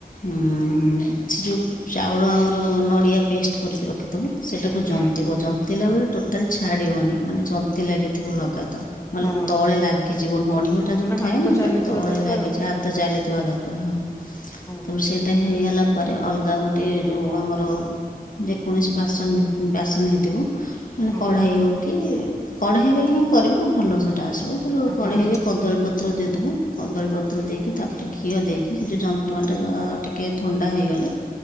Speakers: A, on the left; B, on the left.
A: ମଁ ସେ ଯେଉଁ ଚାଉଳ ଆମର ନଡ଼ିଆ ପେଷ୍ଟ କରିକି ରଖିଥିବ ସେଇଟାକୁ ଜନ୍ତିବ
B: ହଁ।
A: ଜନ୍ତିଲା ଟୋଟାଲ ଛାଡିବନି ମାନେ ଜ ନ୍ତି ଲାଗିଥିବ ଲଗାତାର ନହେଲେ
B: ହଁ
A: ତଳେ ଲାଗିଯିବ ନଡିଆ
B: ହଁ
A: ଟା
B: ମାନେ
A: ଯୋଉ
B: ହାତ
A: ଥାଏ ନା
B: ଚାଲିଥିବା
A: ସେଟା ତଳେ
B: ଦରକାର
A: ଲାଗିଛି
B: ଆଉ ହଁ
A: ହାତ ଚାଲିଥିବା ଦରକାର ହଁ
B: ହଁ
A: ତାପରେ ସେଟା ହେଇଗଲା ପରେ ଅଲଗା ଗୋଟେ ଯେଉଁ ଆମର ଯେକୌଣସି ବାସନ ହେ ବାସନ ହେଇଥିବ ମାନେ
B: ହଁ
A: କଢାଇ ହଉ କି କଢାଇ ରେ ହିଁ କରିବ ଭଲ ସେଟା ଆସିବ ତୋର କଢେଇରେ
B: ହଁ
A: କଦଳୀ ପତ୍ର ଦେଇଦବୁ କଦଳୀପତ୍ର ଦେଇକି ତାପରେ ଘିଅ ଦେଇକି ସେ ଜୋଉ ଯନ୍ତୁଆଣିଟା ଯା ଟିକେ ଥଣ୍ଡା ହେଇଗଲେ